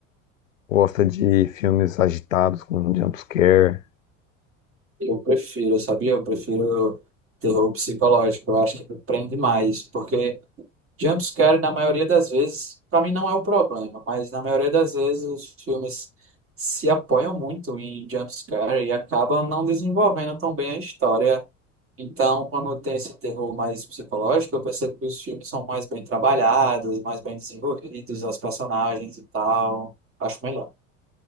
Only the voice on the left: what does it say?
gosta de filmes agitados com jump scare?